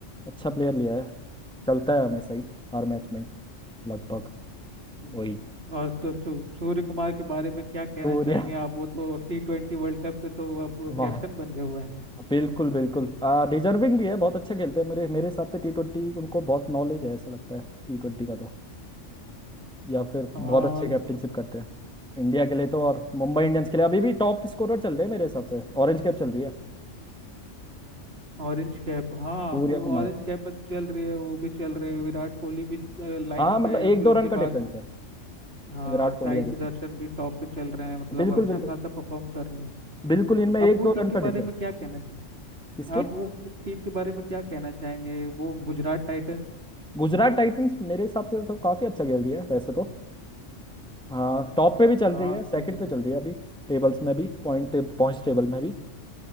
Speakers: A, in the centre; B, on the right (about 55°).
A: अच्छा प्लेयर लिया है चलता है हमेशा ही हर मैच में ही लगभग
B: हम्म।
A: वही
B: और तो सू, सूर्य कुमार के बारे में क्या कहना
A: सूर्या
B: चाहेंगे आप वो तो टी ट्वेंटी वर्ल्ड कप के तो अब वो
A: महा-
B: कैप्टन बन गए हुए हैं
A: बिल्कुल बिल्कुल आ, डिजर्विंग भी है बहुत अच्छा खेलते हैं मेरे मेरे हिसाब से टी ट्वेंटी उनको बहुत नॉलेज है ऐसा लगता है टी ट्वेंटी का तो या फिर
B: हाँ
A: बहुत अच्छे
B: और
A: कैप्टनशिप करते हैं इंडिया के लिए तो और मुंबई इंडियंस के लिए अभी भी टॉप स्कोरर चल रहे हैं मेरे हिसाब से ऑरेंज कैप चल रही है
B: ऑरेंज कैप हाँ
A: सूर्या
B: ऑरेंज
A: कुमार
B: कैप में तो चल रही है वो भी चल रही है विराट कोहली भी लाइन
A: हाँ मतलब
B: पे है
A: एक
B: फिर
A: दो
B: उसके
A: रन का डिफरेंस
B: बाद
A: है
B: हाँ
A: विराट
B: साई
A: कोहली और
B: सुदर्शन
A: इसमें
B: भी टॉप पे चल रहे हैं मतलब
A: बिल्कुल
B: अच्छा
A: बिल्कुल
B: खासा परफॉर्म कर रही है
A: बिल्कुल इनमें
B: अब
A: एक
B: वो
A: दो
B: टीम
A: रन
B: के
A: का
B: बारे
A: डिफरेंस
B: में क्या कहना चाहेंगे
A: किसके
B: आप वो टीम के बारे में क्या कहना चाहेंगे वो गुजरात टाइटंस
A: गुजरात टाइटंस मेरे हिसाब से तो काफी अच्छा खेल रही है वैसे तो हाँ टॉप पे भी चल
B: हाँ
A: रही है सेकंड
B: सही बात
A: पे चल रही है अभी टेबल्स में भी पॉइंट पॉइंट्स टेबल में भी